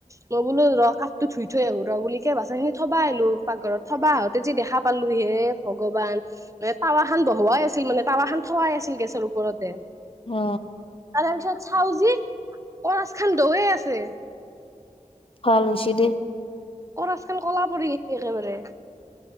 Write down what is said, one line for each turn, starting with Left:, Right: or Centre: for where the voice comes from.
Right: মই বোলো ৰ কাপতো ধুই থৈ আহো ৰ বুলিকে থবা আহিলো পাকঘৰত, থবা আহোতে যি দেখা পালো হে ভগৱান টাৱা হান বহুৱা। আছিল মানে। টাৱা খান থোৱাই আছিল গেছৰ ওপৰতে।
Left: অ
Right: তাৰে পিছত চাওজি, অ আজ খান দৌৱে আছে।
Left: ভাল হৈছে দে
Right: অ আজকাল কলা পৰি গিছে একেবাৰে